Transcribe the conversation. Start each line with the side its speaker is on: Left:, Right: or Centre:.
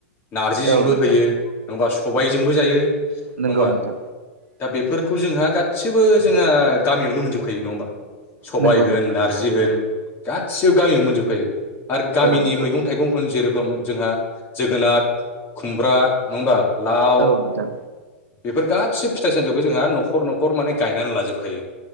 Left: नारजिजोंबो
Right: औ नोंथां
Left: होयो नङाबा सबायजोंबो जायो नङा
Right: नंगौ
Left: होमबा
Right: नोंथां
Left: दा बेफोरखौ जोंहा गासिबो जोंहा गामियावनो मोनजोबखयो नङा होमबा सबाय
Right: नंगौ
Left: होन
Right: नोंथां
Left: नारजि होन गासिबो गामियावनो मोनजोबखायो। आरो गामिनि
Right: औ नोंथां
Left: मैगं थाइगं होन जेरेखम जोंहा जोगोनार खुमब्रा नङा होनबा लाव
Right: औ नोंथां
Left: बेफोर गासैबो फिथाइ सामथायखौ जोंहा न'खर न'खर माने गायनानै लाजोबखायो।